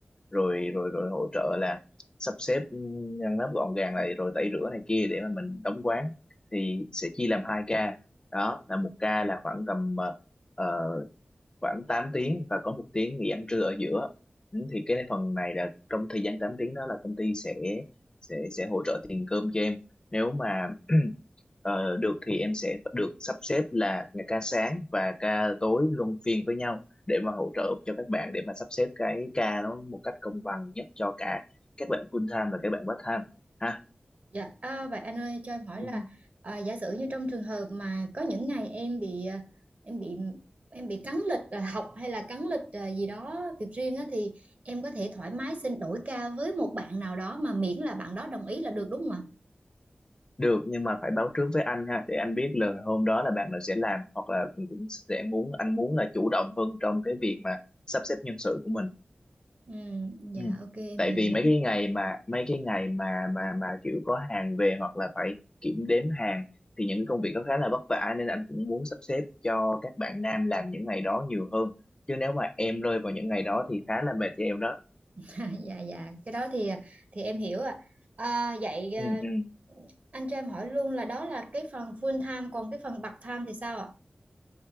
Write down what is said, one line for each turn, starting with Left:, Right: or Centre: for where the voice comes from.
Left: rồi rồi rồi hỗ trợ là sắp xếp ừ, ngăn nắp gọn gàng này rồi tẩy rửa này kia để mà mình đóng quán thì sẽ chia làm hai ca đó là một ca là khoảng tầm ờ, ờ, khoảng 8 tiếng và có một tiếng nghỉ ăn trưa ở giữa Ừ, thì cái phần này là trong thời gian 8 tiếng đó là công ty sẽ sẽ sẽ hỗ trợ tiền cơm cho em nếu mà <clears throat> ờ, được thì em sẽ được sắp xếp là ngày ca sáng và ca tối luân phiên với nhau để mà hỗ trợ cho các bạn để mà sắp xếp cái ca nó một cách công bằng nhất cho cả các bạn full time và các bạn part time ha
Right: Dạ, à, vậy anh ơi cho em hỏi
Left: Ừ.
Right: là à, giả sử như trong trường hợp mà có những ngày em bị à, em bị em bị cắn lịch à, học hay là cắn lịch à, gì đó việc riêng á, thì em có thể thoải mái xin đổi ca với một bạn nào đó mà miễn là bạn đó đồng ý là được đúng không ạ?
Left: Được nhưng mà phải báo trước với anh ha để anh biết là hôm đó là bạn nào sẽ làm hoặc là cũng cũng sẽ muốn anh muốn là chủ động hơn trong cái việc mà sắp xếp nhân sự của mình.
Right: Ừ, dạ
Left: Ừ.
Right: ok em
Left: Tại
Right: hiểu.
Left: vì mấy cái ngày mà mấy cái ngày mà mà mà kiểu có hàng về hoặc là phải kiểm đếm hàng thì những cái công việc đó khá là vất vả nên anh cũng muốn sắp xếp cho các bạn nam làm những ngày đó nhiều hơn. Chứ nếu mà em rơi vào những ngày đó thì khá là mệt cho em đó.
Right: <laughs> dạ dạ cái đó thì thì em hiểu ạ. À, vậy à,
Left: Ừ, ừ.
Right: anh cho em hỏi luôn là đó là cái phần full time còn cái phần part time thì sao ạ?